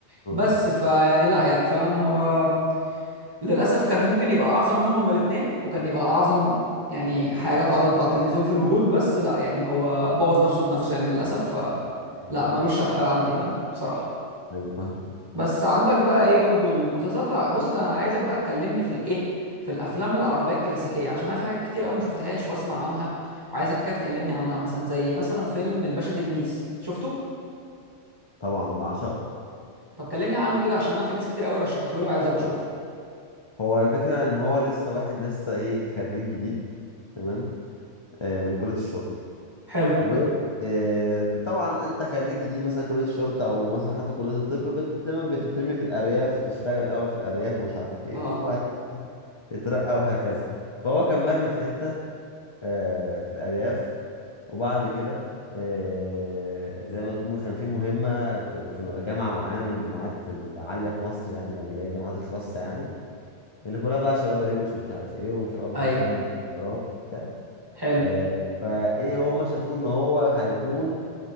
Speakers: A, on the left; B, on the right.
A: اه
B: بس فيعني لا يعني فعلا هو للاسف كان ممكن يبقى اعظم منهم هما الاثنين وكان يبقى اعظم يعني حاجه اتعرضت على التلفزيون في الوجود بس لا يعني هو بوظ نفسه بنفسه يعني للاسف ف
A: مم.
B: لا ملوش شفقه عندي فاهم بصراحه
A: ايوه فاهم
B: بس عندك بقى ايه برضو المسلسلات الع- بص انا عايزك بقى تكلمني في الايه في الافلام العربيه الكلاسيكيه عشان انا في حاجات كتير قوي ما شفتهاش واسمع عنها وعايزك كده تكلمني عنها مثلا زي مثلا فيلم الباشا تلميذ شفته
A: طبعا بعشقه
B: طب كلمني عنه كده عشان انا في ناس كتير قوي رشحته لي وعايز ابقى اشوفه
A: هو الفكره ان هو لسه واحد لسه ايه خريج جديد تمام آه، من كليه الشرطه
B: حلو
A: و آه، طبعا انت خريج جديد مثلا كليه الشرطه او مثلا حتى كليه الطب بت... دايما بتترمي في الارياف تشتغل الاول في الارياف ومش عارف ايه
B: اه
A: وبعد كده تترقى وهكذا فهو كان مرمي في حته آه، في الأرياف وبعد كده آه، زي ما تقول كان في مهمة في في جامعة معينة من الجامعات العالية في مصر يعني أو اللي هي الجامعات الخاصة يعني اللي كلها بقى شباب روش ومش عارف إيه وشباب
B: ايوه
A: بيشربوا مخدرات وبتاع
B: حلو
A: آه، فإيه هم شافوه إن هو هيكون